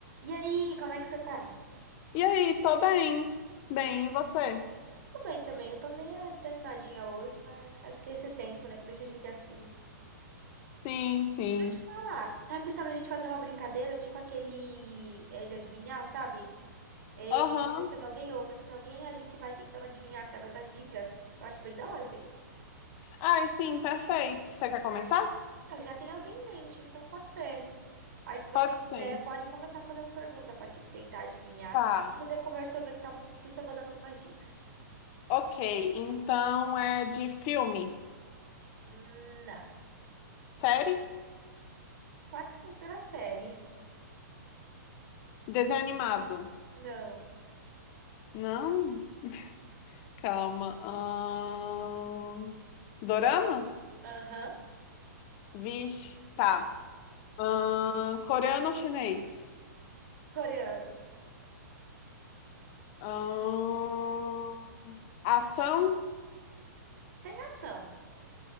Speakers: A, on the right; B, on the left.
A: E aí, como é que você tá?
B: E aí, tô bem. Bem, e você?
A: Tô bem também. Eu tô meio desanimadinha hoje, mas acho que é esse tempo, né, que deixa a gente assim.
B: Sim, sim.
A: Deixa eu te falar. Tava pensando a gente fazer uma brincadeira, tipo aquele é, de adivinhar, sabe? É,
B: Aham.
A: você pensa em alguém, ou eu penso em alguém, a gente vai tentando adivinhar através das dicas. Eu acho bem da hora isso aí.
B: Ai, sim, perfeito. Você quer começar?
A: Eu já tenho alguém em mente, então pode ser. Aí, se você
B: Pode
A: quiser,
B: ser.
A: pode começar a fazer as perguntas pra, tipo, tentar adivinhar.
B: Tá.
A: E no decorrer, se eu ver que tá muito difícil, eu vou dando algumas dicas.
B: Ok, então é de filme,
A: Hum, Não.
B: série,
A: Pode se considerar série.
B: desenho animado.
A: Não.
B: Não? Calma. Ahn, Dorama?
A: Aham.
B: Vixe, tá. Ahn, Coreano ou chinês?
A: Coreano.
B: Ahn, Ação?
A: Tem ação